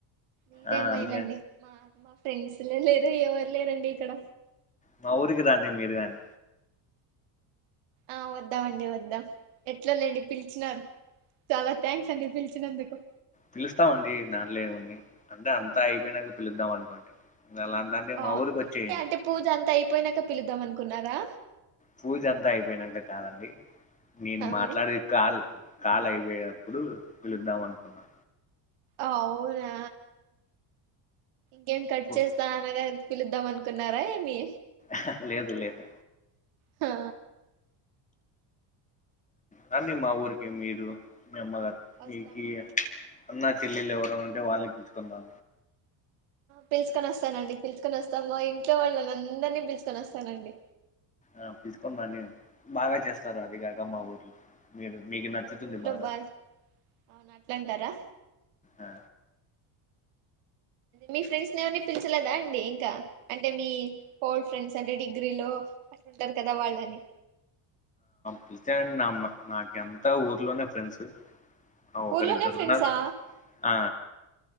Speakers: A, on the right; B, on the left.
A: ఉంటే
B: ఆ
A: మెలండి
B: అన్ని
A: మా ఫ్రెండ్స్ లే లేరు ఎవరు లేరండి ఇక్కడ
B: మా ఊరుకి రాండి మీరూగాని
A: ఆ వద్దామండి వద్దాం ఎట్లాలేండి పిలిచినారు చాలా థ్యాంక్స్ అండి పిలిచినందుకు
B: పిలుస్తామండి దానిలో ఏముంది అంటే అంతా అయిపోయినాక పిలుద్దాం అనుకోండి అలాంటంటే మా
A: అవునా
B: ఊరికి వచ్చేయండి
A: అంత అయిపోయినాక పిలుద్దాం అనుకున్నారా
B: పూజ అంతా అయిపోయినంకా కాదండి నేను
A: ఆ
B: మాట్లాడేది
A: మరి
B: కాల్ కాల్ అయి ఇగ ఆప్పుడు పిలుద్దాం అనుకున్నా
A: అవునా కేక్ కట్
B: పూజ
A: చేస్తా అనగానే పిలుద్దాం అనుకున్నారా ఏమి
B: హ్ హా లేదు లేదు
A: హా
B: రండి మా ఊరికి మీరు మీ అమ్మగారు మీకీ
A: వస్తామండి
B: ఇక అందరు చెల్లిళ్లు ఎవరైనా ఉంటే వాళ్నని పిలుచుకొనిరా
A: పిలుచుకొని వస్తానండి పిలుచుకొని వస్తా మా ఇంట్లో వాళ్ళని అందరినీ పిలుచుకొని వస్తానండి
B: ఆ పిలుచుకొని రండి బాగా చేస్తా వస్తారా అండి గట్టమ్మ మా ఊర్లో మీకు నచ్చుతుంది
A: ఓ మీ ఊర్లో
B: బాగా
A: బా అవును అంటారా
B: ఆ
A: మీ ఫ్రెండ్స్ ని ఎవరిని పిలిచలేదా అండి ఇంకా అంటే మీ ఓల్డ్ ఫ్రెండ్స్ అంటే డిగ్రీలో అట్లుంటారు కదా వాళ్ళని
B: పీల్చా అండి నాకు అంత ఊర్లోనే ఫ్రెండ్స్ ఒకరు
A: ఊర్లోనే
B: ఇద్దరు
A: ఫ్రెండ్సా
B: ఉన్నారు ఆ